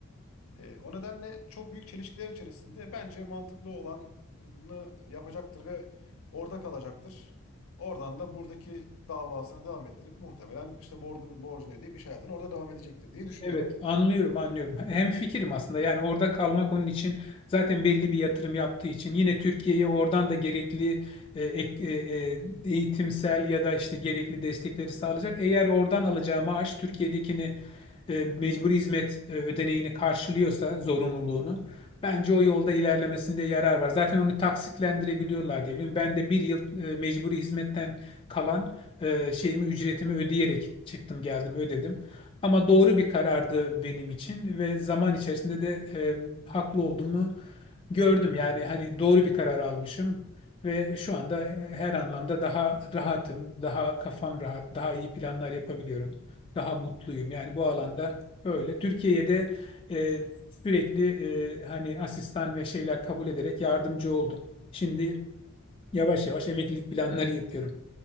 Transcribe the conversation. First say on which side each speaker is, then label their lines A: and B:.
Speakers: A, on the left; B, on the left.
A: Ee, o nedenle çok büyük çelişkiler içerisinde bence mantıklı olanı yapacaktır ve orada kalacaktır. Oradan da buradaki davasını devam ettirip muhtemelen işte borcunu, borcunu ödeyip iş hayatına orada devam edecektir diye düşünüyorum.
B: Evet, anlıyorum, anlıyorum. Hem fikirim aslında. Yani orada kalmak onun için zaten belli bir yatırım yaptığı için yine Türkiye'ye oradan da gerekli e, ek- e, e, eğitimsel ya da işte gerekli destekleri sağlayacak. Eğer oradan alacağı maaş Türkiye'dekini e, mecburi hizmet e, ödeneğini karşılıyorsa zorunluluğunu bence o yolda ilerlemesinde yarar var. Zaten onu taksitlendirebiliyorlar diye biliyorum. Ben de bir yıl e, mecburi hizmetten kalan e, şeyimi ücretimi ödeyerek çıktım geldim ödedim. Ama doğru bir karardı benim için ve zaman içerisinde de e, haklı olduğumu gördüm. Yani hani doğru bir karar almışım ve şu anda e, her anlamda daha rahatım, daha kafam rahat, daha iyi planlar yapabiliyorum, daha mutluyum. Yani bu alanda
A: Yani
B: öyle. Türkiye'de e, sürekli e, hani asistan ve şeyler kabul ederek yardımcı oldum. Şimdi Yavaş yavaş emeklilik planları yapıyorum.